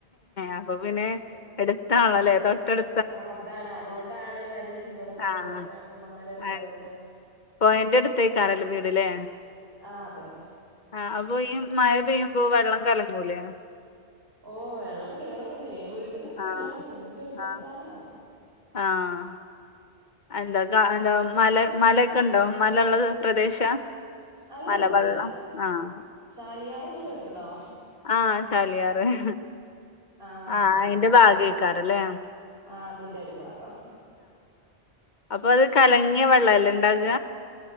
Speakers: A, on the left; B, on the right.
A: അപ്പൊ പിന്നെ എട്ത്താണല്ലോലേ തൊട്ടട്
B: ആഹ് അതാണ് അതോണ്ടാണ് ഇവര് ഇവടെ കോര
A: ആഹ്
B: മണലെട്ക്കാത്തതെ
A: ആഹ് പൊഴന്റെ എട്ത്തേക്കാരലേ വീട്ലേ
B: ആഹ് അതെ
A: ആഹ് അപ്പൊ ഈ മഴ പെയ്യുമ്പോ വെള്ളം കലങ്ങൂലേ
B: ഓഹ് വെള്ളം കേറോക്കെ ചെയ്യും വീട്ട്ക്ക് എത്തൂല
A: ആഹ്
B: വീടിന്റെട്ത്തെത്താനാവും
A: ആഹ് ആഹ് എന്താ ക എന്താ
B: ഉം
A: മല മലക്കെണ്ടോ മലള്ള പ്രദേശാ
B: അല്ലല്ല
A: മലവെള്ളം
B: അല്ല
A: ആഹ്
B: ചാലിയാറെന്ന് കേട്ട്ണോ?
A: ആഅയ് സാരല്ല പറയും
B: ആഹ്
A: ആ
B: അതാണ്
A: അയിന്റെ ഭാഗകയകാറല്ലേ
B: ആഹ് അതിന്റെ ഒരു ഭാഗം
A: അപ്പൊ അത് കലങ്ങിയ വെള്ളല്ലേ ണ്ടാക